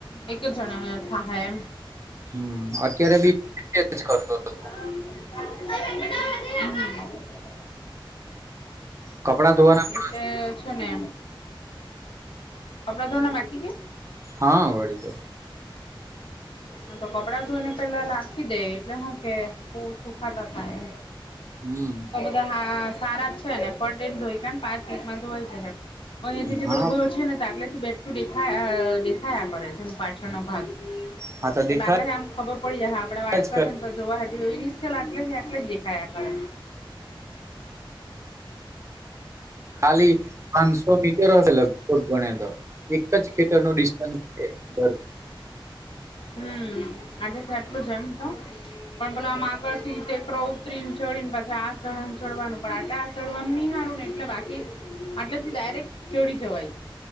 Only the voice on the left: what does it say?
એક જણા થાહે એમ.
હમ્મ.
એટલે છે ને કપડાં ધોવાના બાકી કે?
હા તો કપડાં ધોઈ ને પેલા લખી દે એટલે હું કે સુખાતા થાય એમ.
ધ સારા છે ને ફટ લઈ ધોઈ કે પાંચ મિટમાં ધોવાય જહે. અહિયા થી જે
પેલું ઘર છે ને તાટલેથી બેઠું દેખાયા દેખાયા કરે જેનું પાછળનો ભાગ.
એટલે
આટલે આમ ખબર પડી જાય હા આપડે વાત
કરે ન તો જોવા જેવી રિસલ આટલે થી આટલે જ દેખાયા કરે.
હમ્મ આજે કોઈ એટલું જ એમ તો પણ પેલા આમ આગળ થી ટેકરો ઉતરીને ચડી ને પાછી આ ચ ચડવાનું પણ આટ ચડવાનું નહી સારું ને એટલે બાકી આટલેથી ડાયરેક્ટ ચડી જવાય